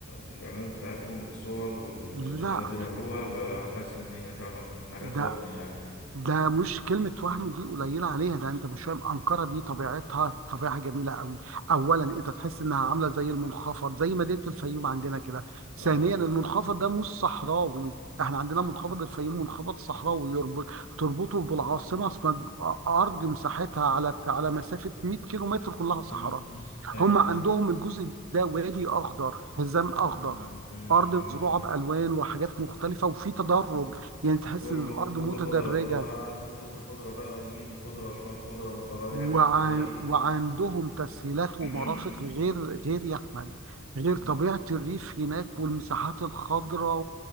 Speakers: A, on the left; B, on the right.
A: الاعلانات بتاعتهم والصور والفيديوهات
B: لا
A: اللي بيعملوها بحس ان هي فعلا حاجات
B: ده
A: وهم يعني
B: ده مش كلمة وهم دي قليلة عليها ده انت مش فاهم أنقرة دي طبيعتها طبيعة جميلة قوي أولا انت تحس انها عاملة زي المنخفض زي مدينة الفيوم عندنا كده
A: اه
B: ثانيا المنخفض ده مش صحراوي احنا عندنا منخفض الفيوم منخفض صحراوي يرب... تربطه بالعاصمة اسمها أرض مساحتها على ارت- على مسافة 100 كيلو متر كلها صحراء
A: امم ايوه
B: هم عندهم الجزء ده وادي أخضر حزام أخضر
A: مم. مم.
B: أرض مزروعة بألوان وحاجات مختلفة وفي تدرج يعني تحس
A: كله
B: إن الأرض
A: كله
B: متدرجة
A: خضرة بتبقى قاعد في وسط خضرة بقى يمين وخضرة وشمال خضرة وانت رايح
B: وعن
A: وانت جاي
B: وعندهم تسهيلات
A: <clears throat>
B: ومرافق غير غير يحمل غير
A: مم.
B: طبيعة الريف هناك والمساحات الخضراء